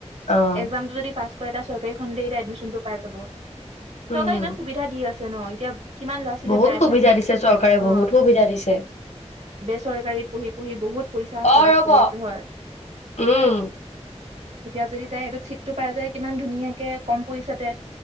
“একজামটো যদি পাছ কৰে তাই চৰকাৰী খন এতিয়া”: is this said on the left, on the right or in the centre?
Right